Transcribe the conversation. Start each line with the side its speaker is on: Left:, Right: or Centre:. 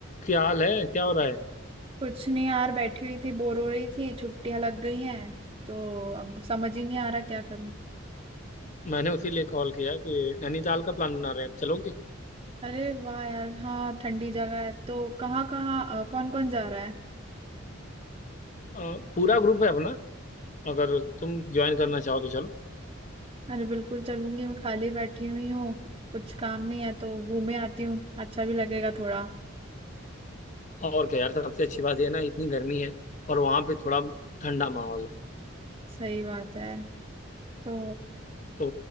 Left: क्या हाल है क्या हो रहा है
Right: कुछ नहीं यार बैठी हुई थी बोर हो रही थी छुट्टियां लग गई हैं तो अब समझ ही नहीं आ रहा क्या करूं
Left: मैंने उसी लिए कॉल किया कि नैनीताल का प्लान बना रहे हैं हम चलोगी
Right: अरे वाह यार हाँ ठंडी जगह है तो कहाँ कहाँ कौन कौन जा रहा है
Left: अ, पूरा ग्रुप है अपना अगर तुम ज्वाइन करना चाहो तो चलो
Right: अरे बिल्कुल चलूंगी मैं खाली बैठी हुई हूँ कुछ काम नहीं है तो घूमे आती हूँ अच्छा भी लगेगा थोड़ा
Left: और क्या यार सबसे अच्छी बात ये है ना इतनी गर्मी है और वहाँ पे थोड़ा ठंडा माहौल है
Right: सही बात है तो
Left: तो